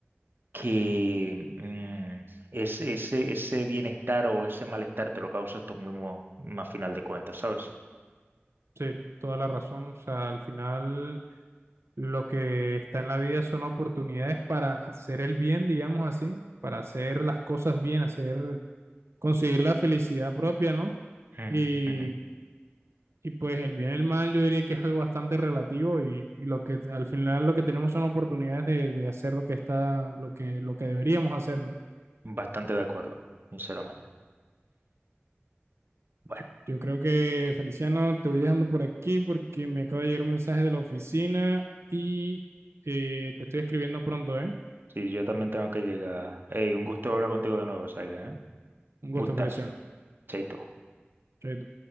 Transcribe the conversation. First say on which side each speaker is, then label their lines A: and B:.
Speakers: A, on the right; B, on the right.
A: que mm, es- ese, ese bienestar o ese malestar te lo causas tú mismo mm, a final de cuentas, ¿sabes?
B: sí, toda la razón. O sea, al final Lo que está en la vida son oportunidades para hacer el bien, digamos así, para hacer las cosas bien, hacer, conseguir la felicidad propia, ¿no?
A: Ujú,
B: Y,
A: ujú.
B: y pues el bien y el mal yo diría que es algo bastante relativo y, y lo que al final lo que tenemos son oportunidades de, de hacer lo que está, lo que, lo que deberíamos hacer, ¿no?
A: Bastante de acuerdo, sinceramente. Bueno.
B: Yo, yo creo que, Feliciano, te voy dejando por aquí porque me acaba de llegar un mensaje de la oficina y eh, te estoy escribiendo pronto, ¿eh?
A: Sí, yo también tengo que llegar. Ey, un gusto hablar contigo de nuevo, Saga, ¿eh?
B: Un gusto,
A: Un gustazo.
B: Feliciano.
A: Chaito.
B: Chaito.